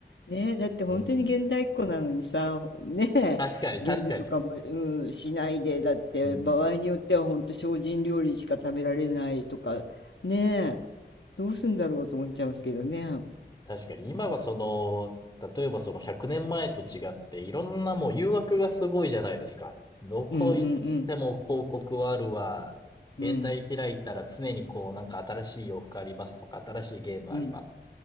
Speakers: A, on the left (about 75°); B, on the left (about 20°).
A: ねえだって本当に現代っ子なのにさ、
B: うん。
A: ねえゲームとかも、
B: 確かに確かに。
A: うん、しないで、だって場合によっては本当精進料理しか食べられないとか、
B: うん。
A: ねえどうすんだろうと思っちゃいますけどね。
B: 確かに、今はその、例えばその100年前と違って、いろんなもう誘惑がすごいじゃないですか。どこ行っても広告はあるわ。
A: うんうんうんうん
B: 携帯開いたら常にこう、なんか新しい洋服ありますとか、新しいゲームあります。
A: うん